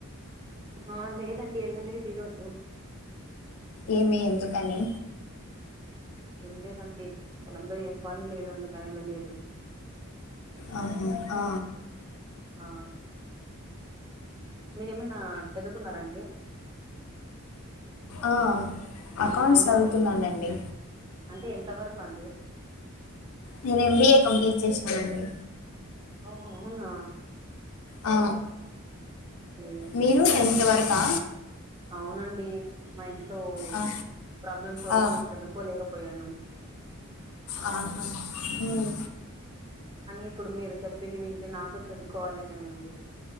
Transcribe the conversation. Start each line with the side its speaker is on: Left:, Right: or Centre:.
Right: హా లేదండి ఎల్ల లేదు ఇరోజు
Left: ఏమి ఎందుకని
Right: ఏం లేదండి పొలంలో ఏం పని లేదు అందుకనే వేలలేదు
Left: అవును ఆ
Right: ఆ మీరేమైనా చదువుకున్నారాండి
Left: ఆ అకౌంట్స్
Right: ఎంత
Left: చదువుతున్నానుండి.
Right: వరకు అంటే ఎంత వరకు అండి
Left: నేను ఎంబీఏ కంప్లీట్ చేశానండి.
Right: ఆహా అవునా
Left: ఆ
Right: మ్
Left: మీరు టెన్ంత వరకా
Right: అవునండి, మా ఇంట్లో
Left: ఆ!
Right: ప్రాబ్లమ్స్ వల్ల
Left: ఆ!
Right: నేను చదువుకోలేకపోయాను.
Left: ఆహా హమ్
Right: ఇప్పుడు మీరు చెప్పింది వింటే నాకు చదువుకోవాలి నేను